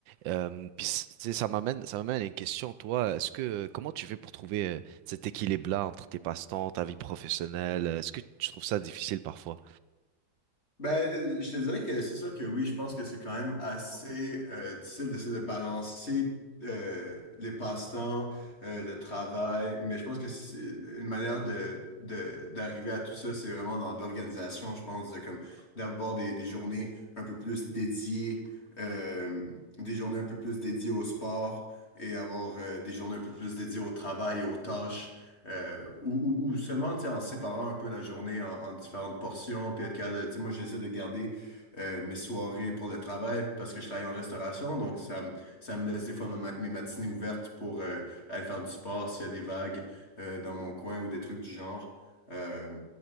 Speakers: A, on the right; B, on the left.
A: Euh, puis c- tu sais, ça m'amène, ça m'amène à une question. Toi, est-ce que comment tu fais pour trouver euh, cet équilibre-là entre tes passe-temps, ta vie professionnelle? Est-ce que tu trouves ça difficile parfois?
B: Ben, euh, je te dirais que c'est sûr que oui, je pense que c'est quand même assez euh, difficile d'essayer de balancer euh, les passe-temps, euh, le travail, mais je pense que c'est une manière de, de- d'arriver à tout ça, c'est vraiment dans l'organisation, je pense, de, comme d'avoir des, des journées un peu plus dédiées, euh, des journées un peu plus dédiées au sport et avoir euh, des journées un peu plus dédiées au travail, aux tâches. Euh, ou, ou- ou seulement, tu sais, en séparant un peu la journée en, en différentes portions, puis être capable de- tu sais, moi, j'essaie de garder euh, mes soirées pour le travail parce que je travaille en restauration, donc ça, me- ça me laisse des fois ma- ma- mes matinées ouvertes pour euh, aller faire du sport s'il y a des vagues euh, dans mon coin ou des trucs du genre. Euh,